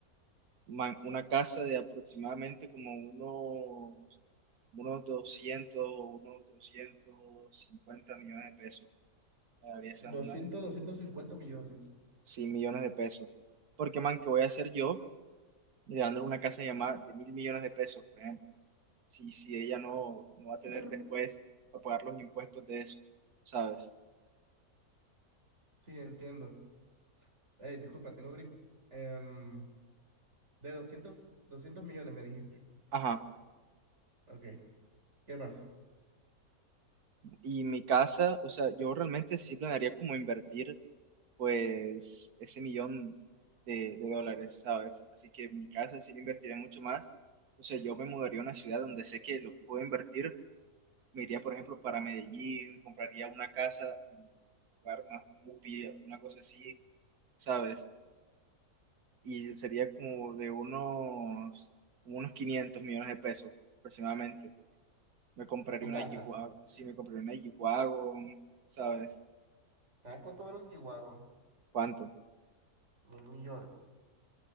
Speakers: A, on the right (about 75°); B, on the right (about 45°).
A: man, una casa de aproximadamente como unos, unos 200 unos doscientos cincuenta millones de pesos. Le regalaría esa
B: doscientos
A: una,
B: doscientos cincuenta millones.
A: 100 millones de pesos. Porque, man, ¿qué voy a hacer yo? y dándole una casa llamada de mil millones de pesos, por ejemplo, si, si ella no, no va a
B: Ujú.
A: tener después para pagar los impuestos de eso, ¿sabes?
B: Sí, entiendo. Eh, disculpa, tengo gripa. Em, de doscientos doscientos millones me dijiste.
A: Ajá.
B: Ok, ¿qué más?
A: Y mi casa, o sea, yo realmente sí planearía como invertir, pues, ese millón de, de dólares, ¿sabes? Así que mi casa sí la invertiría mucho más. O sea, yo me mudaría a una ciudad donde sé que los puedo invertir. Me iría, por ejemplo, para Medellín, compraría una casa en un lugar más pupi, una cosa así, ¿sabes? y sería como de unos, como unos 500 millones de pesos aproximadamente. Me compraría
B: Tu casa.
A: una G-Wagon, sí, me compraría una G-Wagon, ¿sabes?
B: ¿Sabes cuánto vale un G-Wagon?
A: ¿Cuánto?
B: Mil millones.